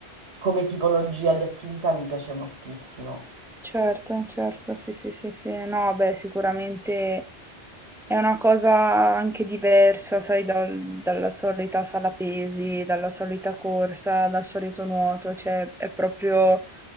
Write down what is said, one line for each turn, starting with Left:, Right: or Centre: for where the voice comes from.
Right: come tipologia di attività mi piace moltissimo.
Centre: Certo, certo, sì, sì, sì, sì. No, beh, sicuramente è una cosa anche diversa, sai, dal- dalla solita sala pesi, dalla solita corsa, dal solito nuoto, cioè è proprio